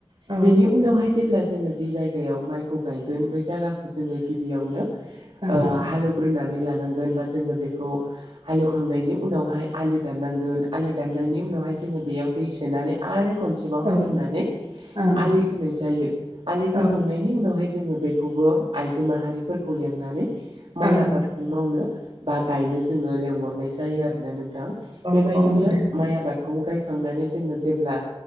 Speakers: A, on the right; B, on the right.
A: औ
B: बेनि उनावहाय जेब्ला जोङो जि जायगायाव माइखौ गायगोन बै जायगाखौ जोङो गिबियावनो
A: औ
B: ओ
A: औ
B: हालेव हुग्रोनानै लानांगोन बा जोङो बेखौ हालेवखांनायनि उनावहाय आलि दाननांगोन आलि दाननायनि उनावहाय जोङो बेयाव दै सोनानै आरो खनसेबाव
A: औ
B: हालेवनानै
A: ओं
B: आलि नाय जायो आलि
A: औ
B: खोखांनायनि उनावहाय जोङो बेखौ खौबो आइजो माहारिफोरखौ लेंनानै माइ
A: औ
B: आबाद खौ मावनो बा गायनो जोङो लेंहरनाय जायो आरोना नोंथां
A: औ
B: बेबायदिनो
A: औ नोंथां
B: माइ आबादखौ गायखांनानै जोङो जेब्ला